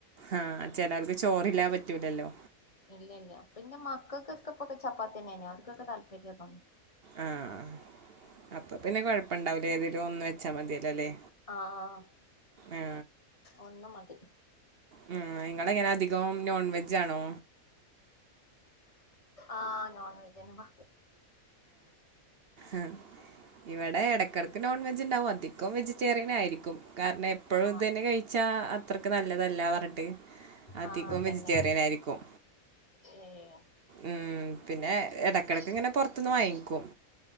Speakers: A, on the right (about 50°); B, on the left (about 25°).
A: ആഹ് ചെലർക്ക് ചോറില്ലാ പറ്റൂല്ലല്ലോ
B: ഇല്ലില്ല്യാ പിന്നെ മക്കൾക്കൊക്കെ ഇപ്പോ ചപ്പാ തന്നെ ഞങ്ങൾകേക്കേ താല്പര്യം അതും
A: ആഹ് അപ്പൊ പിന്നെ കൊഴപ്പുണ്ടാവൂല്ലാ ഏതെങ്കലും ഒന്ന് വെ വച്ച മതിയല്ല അല്ലേ
B: ആഹ്
A: ആ
B: ഒന്ന് മതി
A: ഉമ് നിങ്ങളെങ്ങനെ അധികം നോൺ വെജ് ആണോ
B: ആഹ് നോൺ വെജ്നപ്പ
A: ആഹ് ഇവിടെ ഇടക്കിടക്ക് നോൺ വെജ് ഉണ്ടാവും അധികം വെജിറ്റേറിയൻ ആയിരിക്കും കാരണം എപ്പോഴും
B: ആ
A: ഇതുതന്നെ കഴിച്ചു ന്നാ അത്രക്ക് നല്ലതല്ല പറഞ്ഞിട്ട് അധികം
B: ആഹ് അതന്നെ
A: വെജിറ്റേറിയൻ ആയിരിക്കും
B: ഏഹ്
A: ഉം പിന്നെ ഇടക്കിടക്ക് ഇങ്ങനെ പൊറത്തുന്ന് വാങ്ങിക്കും